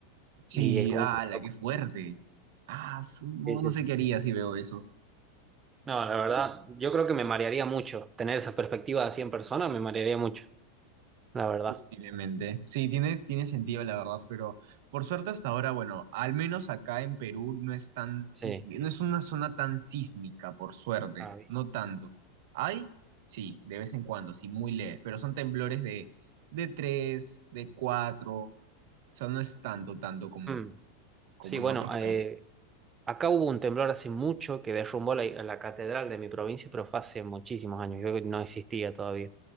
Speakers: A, on the right; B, on the right.
A: Sí,
B: y es muy
A: ¡hala!
B: loco.
A: ¡Qué fuerte! Ah, su- no,
B: Sí, sí,
A: no sé
B: sí,
A: qué
B: sí.
A: haría si veo eso.
B: No, la verdad, yo creo que me marearía mucho tener esa perspectiva así en persona, me marearía mucho, la verdad.
A: Posiblemente. Sí, tiene, tiene sentido, la verdad, pero por suerte hasta ahora, bueno, al menos acá en Perú no es tan sísmica,
B: Sí.
A: no es una zona tan sísmica, por suerte,
B: Ah, bien.
A: no tanto. Hay, sí, de vez en cuando, sí, muy leves, pero son temblores de, de 3 de cuatro o sea, no es tanto, tanto como,
B: Mm.
A: como
B: Sí,
A: en
B: bueno,
A: otros países.
B: eh, Acá hubo un temblor hace mucho que derrumbó la, la catedral de mi provincia, pero fue hace muchísimos años, yo no existía todavía.